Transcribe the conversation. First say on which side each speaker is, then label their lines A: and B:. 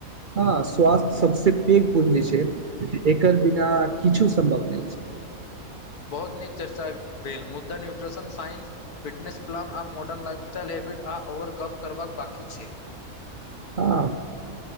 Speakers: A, on the right; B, on the left.
A: हँ स्वास्थ्य सभसे पैघ पुण्य जे छै एकर बिना किछु सम्भव नहि छै
B: बहुत नीक चर्चा भेल मुदा न्यूट्रिशन साइंस फिटनेस प्लन आ मॉर्डर्न लाइफस्टाइल हैबिट ओवर गप करबाक बाकी छै
A: ह